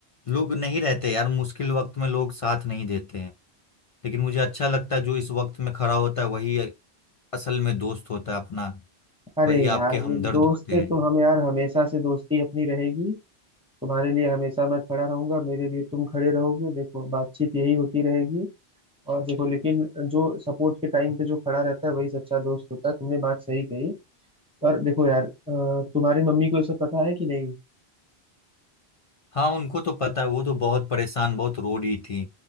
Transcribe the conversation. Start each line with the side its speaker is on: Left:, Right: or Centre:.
Left: लोग नहीं रहते यार मुश्किल वक्त में लोग साथ नहीं देते हैं लेकिन मुझे अच्छा लगता है जो इस वक्त में खड़ा होता है वही असल में दोस्त होता है अपना
Centre: अरे
Left: वही
Centre: यार
Left: आपके
Centre: ये
Left: हमदर्द
Centre: दोस्त
Left: होते
Centre: से
Left: हैं
Centre: तो हम यार हमेशा से दोस्ती अपनी रहेगी तुम्हारे लिए हमेशा मैं खड़ा रहूंगा मेरे लिए तुम खड़े रहोगे देखो बातचीत यही होती रहेगी और देखो लेकिन जो सपोर्ट के टाइम पे जो खड़ा रहता है वही सच्चा दोस्त होता है तुमने बात सही कही और देखो यार अ, तुम्हारी मम्मी को ये सब पता है कि नहीं
Left: हाँ उनको तो पता है वो तो बहुत परेशान बहुत रो रही थी